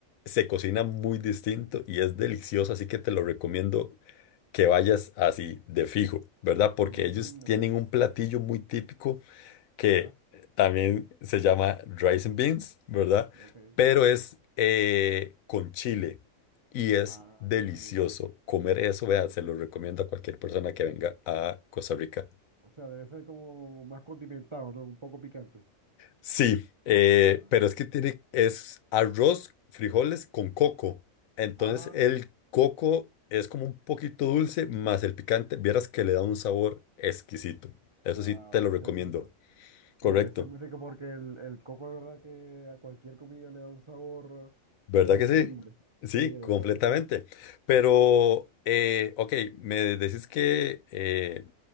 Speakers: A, on the left (about 80°); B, on the right (about 45°).
A: se cocina muy distinto y es delicioso, así que te lo recomiendo que vayas así de fijo, ¿verdad? Porque
B: Mm,
A: ellos tienen
B: ok.
A: un platillo muy típico que
B: Ya.
A: también se llama rice and beans, ¿verdad?
B: Ok,
A: Pero
B: ok.
A: es eh, con chile y es
B: Ah,
A: delicioso
B: ya.
A: comer eso, vea, se lo recomiendo a cualquier persona que venga a Costa Rica.
B: O sea, debe ser como más condimentado, ¿no? Un poco picante.
A: Sí, eh,
B: Ah,
A: pero es que tiene, es arroz, frijoles con coco. Entonces
B: ah,
A: el coco es como un poquito dulce, más el picante, vieras que le da un sabor exquisito. Eso
B: wow,
A: sí, te
B: debe
A: lo recomiendo.
B: ser rico.
A: Correcto.
B: Sí, debe ser muy rico porque el, el coco de verdad que a cualquier comida le da un sabor,
A: ¿Verdad
B: pero
A: que
B: increíble.
A: sí? Sí,
B: Sí, de
A: completamente.
B: verdad que sí.
A: Pero, eh, ok, me decís que eh,